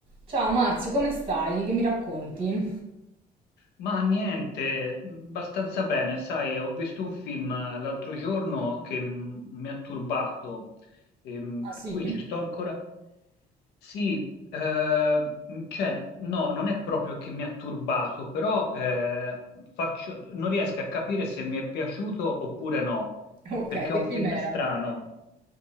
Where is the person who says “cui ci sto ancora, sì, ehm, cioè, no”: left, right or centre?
Left